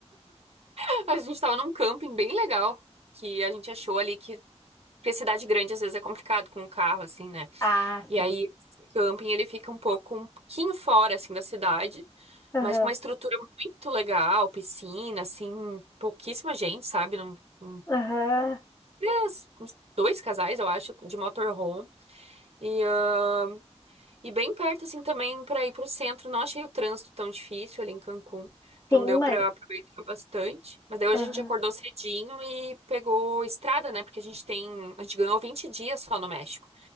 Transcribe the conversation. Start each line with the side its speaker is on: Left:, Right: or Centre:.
Right: <laughs> a gente tava num camping bem legal que a gente achou ali que porque cidade grande às vezes é complicado com o carro assim, né?
Left: Ah,
Right: E
Left: sim.
Right: aí esse camping ele fica um pouco um pouquinho fora assim da cidade,
Left: Aham,
Right: mas com uma estrutura muito legal, piscina, assim, pouquíssima gente, sabe? Num, num-
Left: aham.
Right: três- uns dois casais, eu acho, de motorhome. E ah, E bem perto, assim, também para ir para o centro. Não achei o trânsito tão difícil ali em Cancún. Então
Left: Sim,
Right: deu
Left: mas.
Right: para aproveitar bastante. Mas daí hoje
Left: Aham.
Right: a gente acordou cedinho e pegou estrada, né? Porque a gente tem. A gente ganhou 20 dias só no México.